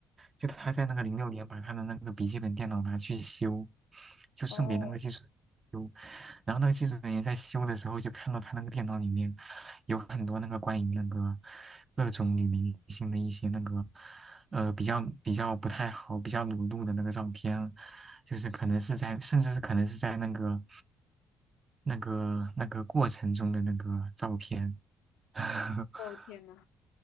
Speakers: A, on the right; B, on the left.
A: 就他在那个零六年把他的那个笔记本电脑拿去修，就送给那个技术
B: 哦，
A: 修，然后那个技术人员在修的时候就看到他那个电脑里面有很多那个关于那个各种女明星的一些那个呃比较比较不太好、比较裸露的那个照片，就是可能是在，甚至是可能是在那个那个那个过程中的那个照片，<laughs>
B: 哦天呐！